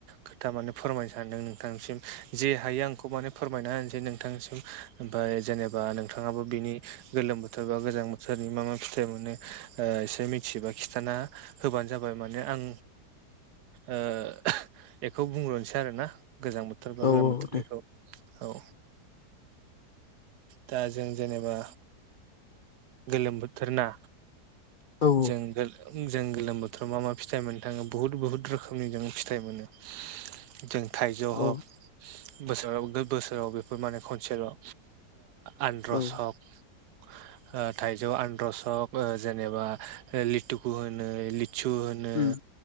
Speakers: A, on the right (about 75°); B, on the left (about 85°).
A: खोथा माने फोरमायनो सानदों नोंथांसिम जे हायो आं खौ माने फोरमायना होनसै नोंथांसिम ओमफाय जेनेबा नोंथाङाबो बिनि गोलोम बोथोर बा गोजां गोजां बोथोरनि मा मा फिथाइ मोनो ओ एसे मिथियोबा खिथाना होबानो जाबाय माने आं ओ बेखौ बुंग्रोसै आरो ना गोजां बोथोर बा
B: औ
A: गोलोम
B: औ
A: बोथोरनिखौ
B: दे
A: औ दा जों जेनेबा गोलोम बोथोरना
B: औ
A: जों जों गोलोम बोथोराव मा मा फिथाइ मोननो थाङो बुहुत बुहुत रोखोमनि जों फिथाइ मोनो जों थाइजौ हक
B: औ
A: बोसोराव बोसोराव बेफोर माने खनसेल ओ आनरस
B: औ
A: हख थाइजौ आनरस हक ओ जेनेबा लिथुखु होनो लि सु होनो
B: उम